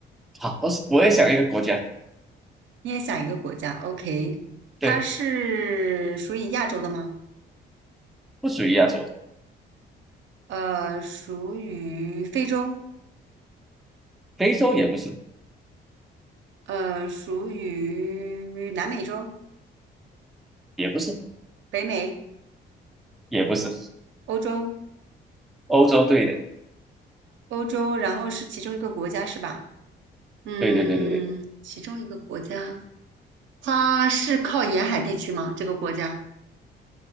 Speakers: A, in the centre; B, on the right.
A: 好，我我也想一个国家，
B: 你也想一个国家，OK，
A: 对，
B: 它是属于亚洲的吗？
A: 不属于亚洲的，
B: 呃，属于非洲，
A: 非洲也不是，
B: 呃，属于南美洲、
A: 也不是，
B: 北美、
A: 也不是，
B: 欧洲，
A: 欧洲，对的，
B: 欧洲，然后是其中一个国家是吧？嗯，
A: 对对对对对，
B: 其中一个国家，它是靠沿海地区吗？这个国家，